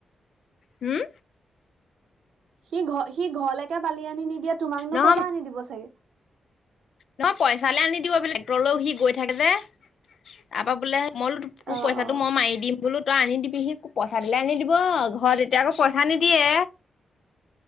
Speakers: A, on the left; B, on the right.
A: হুম
B: সি ঘৰ সি ঘৰলৈকে বালি আনি নিদিয়ে তোমাকনো
A: নহয়
B: কব পৰা আনি দিব চাগে।
A: নহয় পইচালৈ আনি দিব বোলে টেক্টৰলে সি গৈ থাকে যে। তাৰপৰা বোলে মইলো তোৰ
B: অ',
A: পইচাটো
B: অ',
A: মই মাৰি দিম বোলোত তই আনি দিবি সি পইচা দিলে আনি দিব ঘৰত এতিয়া আকৌ পইচা নিদিয়ে।